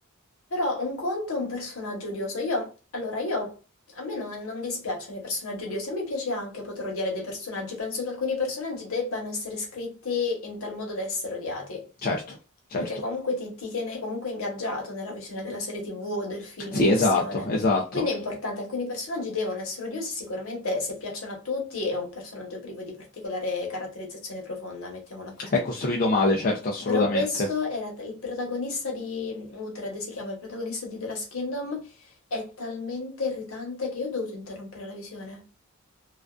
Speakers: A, on the left; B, on the left.
A: Però un conto è un personaggio odioso. Io, allora, io, a me non, non dispiacciono i personaggi odiosi, a me piace anche poter odiare dei personaggi. Penso che alcuni personaggi debbano essere scritti in tal modo da essere odiati.
B: Certo, certo.
A: Perché comunque ti, ti tiene comunque ingaggiato nella visione della serie TV o del film
B: Sì,
A: in questione.
B: esatto, esatto.
A: Quindi è importante, alcuni personaggi devono essere odiosi, sicuramente se piacciono a tutti è un personaggio privo di particolare caratterizzazione profonda, mettiamola così.
B: È costruito male, certo, assolutamente.
A: Però questo era t- il protagonista di Uhtred, si chiama il protagonista di The Last Kingdom, è talmente irritante che io ho dovuto interrompere la visione.